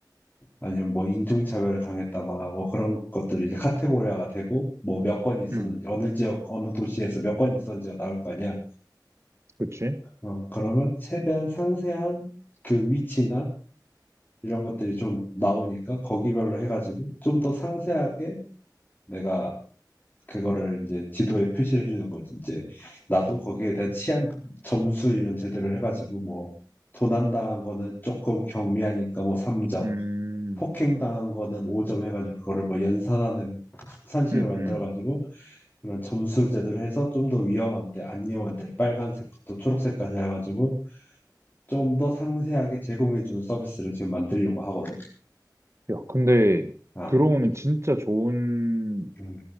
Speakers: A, on the left; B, on the right.
A: 아니면 뭐 인종차별을 당했다거나 뭐 그런 것들이 이제 카테고리화가 되고 뭐 몇 건 있었는지
B: 음,
A: 어느 지역 어느 도시에서 몇 건 있었는지가 나올 거 아니야.
B: 그치?
A: 어, 그러면 최대한 상세한 그 위치나 이런 것들이 좀 나오니까 거기별로 해가지고 좀 더 상세하게 내가 그거를 이제 지도에 표시를 해주는 거지. 이제 나도 거기에 대한 치안 점수 이런 제대로 해가지고 뭐 도난 당한 거는 조금 경미하니까 뭐 3점,
B: 음,
A: 폭행 당한 거는 5점 해가지고 그거를 뭐 연산하는 산식을
B: 음,
A: 만들어가지고
B: 음.
A: 그런 점수 제도를 해서 좀 더 위험한데 안 위험한데 빨간색부터 초록색까지 해가지고 좀 더 상세하게 제공해주는 서비스를 지금 만들려고 하거든.
B: 야, 근데
A: 아,
B: 들어보면 진짜 좋은
A: 음,